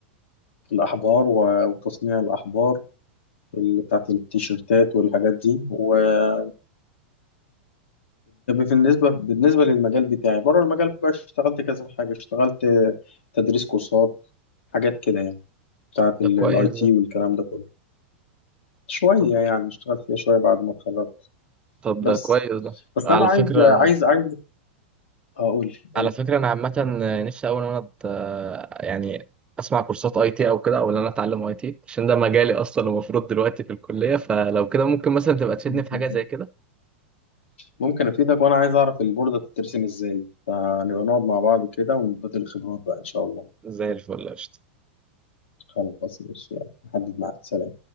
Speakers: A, on the left; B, on the right.
A: الاحبار و- وتصنيع الاحبار اللي بتاعت التيشيرتات والحاجات دي وده بالنسبة بالنسبة للمجال بتاعي بره المجال بقى اشتغلت كذا حاجة اشتغلت تدريس كورسات حاجات كده يعني بتاعت الاي
B: ده كويس
A: تي
B: ده
A: والكلام ده كله شوية
B: طب
A: يعني اشتغلت فيها شوية بعد ما اتخرجت
B: طب ده
A: بس
B: كويس ده
A: بس
B: على
A: أنا عايز
B: فكرة
A: عايز عايز أقول لي قول
B: على فكرة أنا عامة نفسي أوي إن أنا أت- يعني أسمع كورسات أي تي أو كده أو إن أنا أتعلم أي تي عشان ده مجالي أصلا المفروض دلوقتي في الكلية فلو كده ممكن مثلا تبقى تفيدني
A: لي
B: في حاجة زي كده
A: ممكن أفيدك وأنا عايز أعرف البوردة بتترسم إزاي فنبقى نقعد مع بعض كده ونبدل الخبرات بقى إن شاء الله
B: زي الفل قشطة
A: خلاص ماشي يلا نحدد ميعاد سلام